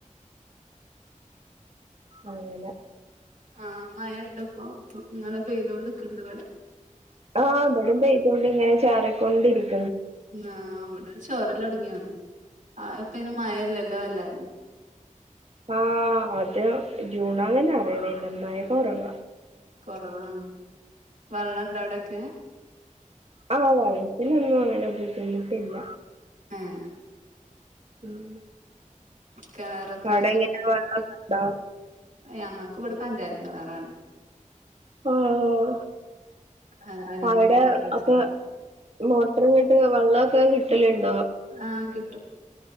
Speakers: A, on the right; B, on the right.
A: അങ്ങനെ
B: ആഹ മഴ ഇള്ളപ്പോ ഇങ്ങനെ പെയ്തോണ്ടിരിക്ക്ണ്ട്ണ്ട് ഇവിടെ
A: ആഹ ഇവിടിം പെയ്തോണ്ട് ഇങ്ങനെ ചാറിക്കൊണ്ടിരിക്ക
B: ആ അവിടെ ചോരല് തുടങ്ങിയോ <unintelligible> അയ്പ്പയിന് മഴേയില്ലാല്ലേ അല്ലെ
A: ആ അത് ജൂണാന്നന്നെ അറിയുന്നില്ല മഴ കുറവ
B: കൊറവാണോ വെള്ളം ഇണ്ട അവിടൊക്കെ
A: ആഹ് വെള്ളത്തിനൊന്നും അങ്ങനെ ബുദ്ധിമുട്ടില്ല
B: ഏഹ്
A: ഉം
B: കിണറൊക്കെ
A: അവിടെട എങ്ങനെ വെള്ളൊക്കെണ്ടോ <unintelligible>
B: ഞങ്ങൾക്ക് ഇവിടെ പഞ്ചായത്ത് കിണറാണ്
A: ആഹ
B: ആഹ് അയിന്റെ
A: അവിടെ
B: മോട്ടർ വെച്ച്ണ്
A: അപ്പൊ മോട്ടറിങ്ങിട്ട് വെള്ളമൊക്കെ കിട്ടലുണ്ട
B: ആ കിട്ടും